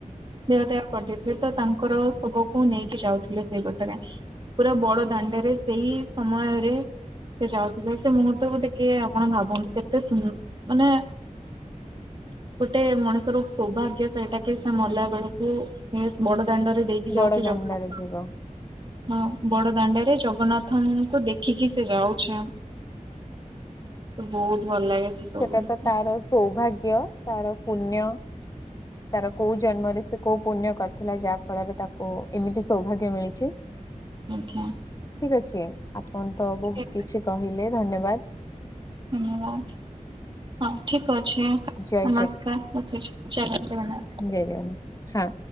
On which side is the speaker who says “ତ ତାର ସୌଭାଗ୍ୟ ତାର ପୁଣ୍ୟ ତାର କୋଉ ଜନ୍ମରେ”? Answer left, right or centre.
Left